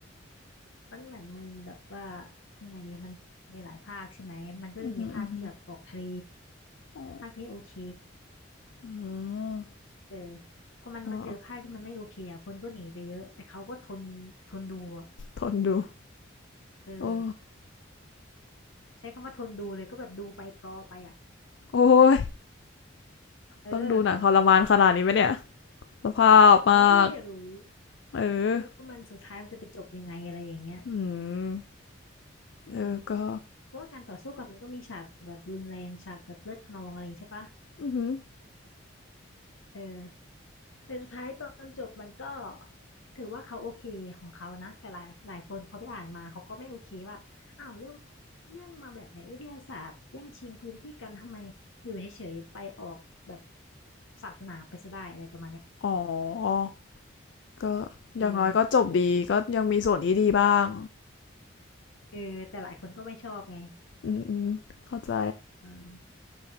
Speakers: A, on the left; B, on the left.
A: มันเหมือนมีแบบว่ายังไงดีมันมีหลายภาคใช่ไหมมันก็จะมีภาคที่แบบออกทะเล
B: อืมอืมอ๋อ
A: ภาคที่โอเค
B: อืม
A: เออพอมันมาเจอภาพที่มันไม่โอเคอ่ะคนก็หนีไปเยอะแต่เขาก็ทนทนดูอ่ะ
B: อ๋อทนดู
A: เออ
B: โอ้
A: ใช้คำว่าทนดูเลยก็แบบดูไปกรอไปอ่ะ
B: โอ้ย
A: เออ
B: ต้องดูหนังทรมานขนาดนี้ไหมเนี่ยสภาพมาก
A: เอาก็เราอยากรู้
B: เออ
A: ว่ามันสุดท้ายมันจะไปจบยังไงอะไรอย่างเงี้ย
B: อืม
A: อืม
B: เออก็
A: เพราะว่าการต่อสู้กันมันก็มีฉากแบบรุนแรงฉากแบบเลือดคะนองอะไรอย่างงี้ใช่ปะ
B: อือหือ
A: เออ แต่สุดท้ายตอนจบมันก็ถือว่าเขาโอเคของเขานะแต่หลายหลายคนเขาไปอ่านมาเขาก็ไม่โอเคว่าอ้าวเรื่องเรื่องมาแบบไหนวิทยาศาสตร์แย่งชิงพื้นที่กันทำไมอยู่เฉยๆไปออกแบบศาสนาไปซะได้อะไรประมาณเนี้ย
B: อ๋อก็อย่างน้อยก็จบดีก็ยังมีส่วนที่ดีบ้าง
A: เออเออแต่หลายคนก็ไม่ชอบไง
B: อืมอืมเข้าใจ
A: อืม